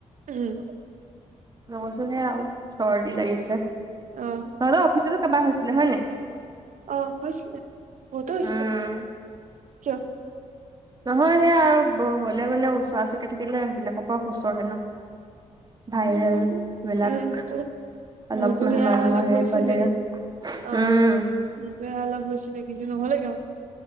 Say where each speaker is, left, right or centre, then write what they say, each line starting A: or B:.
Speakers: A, on the right; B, on the right.
A: উম।
B: নহচোনে আৰু চৰ্দি লাগিছে
A: উম
B: অলপ অফিচতে কাবা হৈছিলে হয় নাই?
A: অ হৈছিলে বহুতো হৈছিলে
B: উম,
A: কিয়?
B: নহয় সেইয়া আৰু হলে মানে ওচৰা চৰিকৈ থাকিলে সেইবিলাকৰ পৰা সুচৰে ন ভাইৰেল
A: উম উ
B: বিলাক
A: উম উ
B: অলপমান
A: মোৰতো সেয়া
B: মানুহৰ
A: অলপ
B: হেৰি
A: হৈছিলে
B: পালে
A: অ
B: উম
A: সেইটোৱে অলপ হৈছিলেগে আৰু কিন্তু নহ'লে গে আৰু